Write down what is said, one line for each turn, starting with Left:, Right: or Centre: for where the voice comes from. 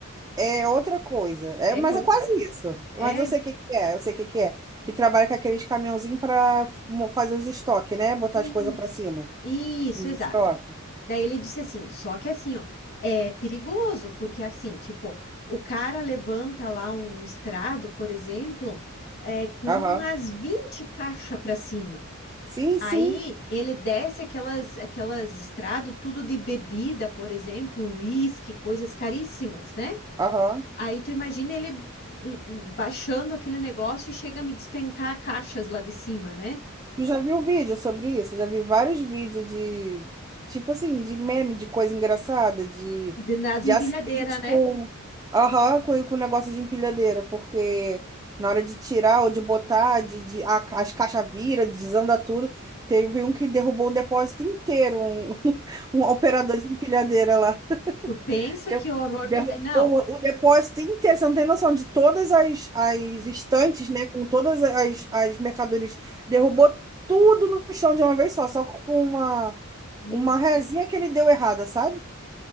Right: É outra coisa. É,
Left: É,
Right: mas
Left: ou-
Right: é quase isso.
Left: é
Right: Mas eu sei o que que é. Eu sei o que que é. Que trabalha com aqueles caminhãozinhos para fazer os estoques, né? Botar
Left: Isso,
Right: as coisas para cima.
Left: isso,
Right: Os
Left: exato.
Right: estoques.
Left: Daí ele disse assim, só que assim, ó, é perigoso, porque assim, tipo, o cara levanta lá um estrado, por exemplo, é, com
Right: Aham.
Left: umas 20 caixas pra cima.
Right: Sim,
Left: Aí
Right: sim.
Left: ele desce aquelas, aquelas estradas, tudo de bebida, por exemplo, uísque, coisas caríssimas, né?
Right: Aham.
Left: Aí tu imagina ele l- baixando aquele negócio e chega a me despencar caixas lá de cima, né?
Right: Eu já vi um vídeo sobre isso, já vi vários vídeos de, tipo assim, de meme, de coisa engraçada, de,
Left: De- Nas
Right: de
Left: empilhadeiras,
Right: acidente com,
Left: né?
Right: aham, com, com negócio de empilhadeira, porque na hora de tirar ou de botar, de, de, a- as caixas viram, desanda tudo. Teve um que derrubou o depósito inteiro, um, <laughs> um operador de empilhadeira lá
Left: Tu pensa
Right: deu
Left: que horror.
Right: Derrubou
Left: tu- é, Não,
Right: o depósito inteiro. Você não tem noção de todas as, as estantes, né? Com todas as, as mercadorias. Derrubou tudo no chão de uma vez só, só com uma,
Left: meu
Right: uma
Left: Deus,
Right: rezinha que ele deu errada, sabe?